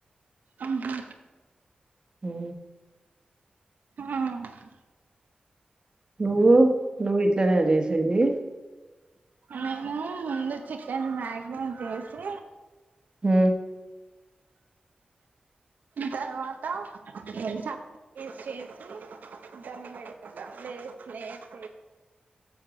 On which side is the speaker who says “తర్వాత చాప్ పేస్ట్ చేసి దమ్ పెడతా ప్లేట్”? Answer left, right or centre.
Right